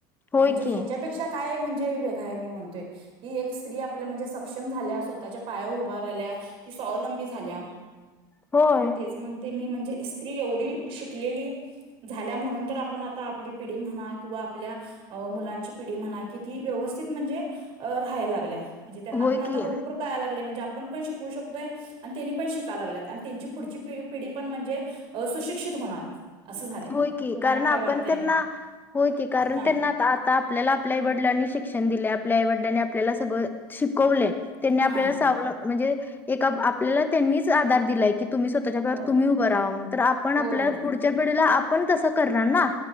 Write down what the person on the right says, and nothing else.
म्हणजे
ह्याच्यापेक्षा काय म्हणजे वेगळ आहे हे मी म्हणतोय की स्त्री एक आपल्या सक्षम झाल्या स्वतःच्या पायावर उभ राहील्या ती स्वावलंबी झाल्या
मग तेच म्हणते मी जी स्त्री एवढी शिकलेली झाल्या म्हणून तर आपण आता आपली पिढी म्हणा किंवा आपल्या अ मुलांची पिढी म्हणा किती व्यवस्थित म्हणजे राहाय लागल्या. म्हणजे त्यांना
पण आता
भरपुर कळालागलय. म्हणजे आपण पण शिकू शकतो आणि त्यांनी पण शिका लागल्यात आणि त्यांची पुढची पिढी पिढी पण म्हणजे सुशिक्षित होणार. असं झाले
तुम्हाला
काय
वाटतंय
आणि
हा
हा
होय
होय
होय